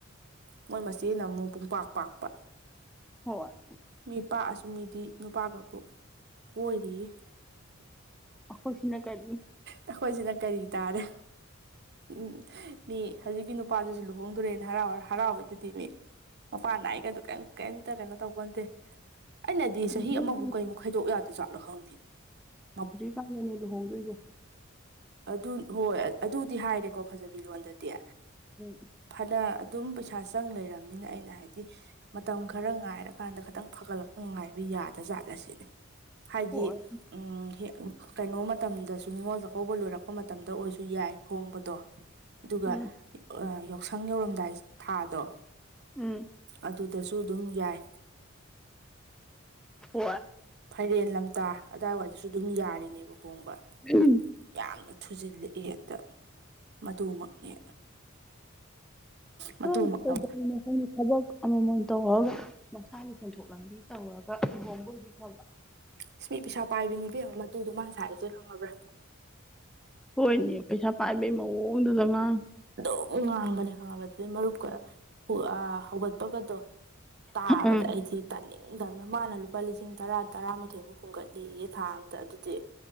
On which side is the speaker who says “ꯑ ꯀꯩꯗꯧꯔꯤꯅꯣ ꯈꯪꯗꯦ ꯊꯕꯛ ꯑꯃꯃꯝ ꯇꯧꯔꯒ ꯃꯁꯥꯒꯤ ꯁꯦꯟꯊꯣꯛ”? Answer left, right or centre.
Centre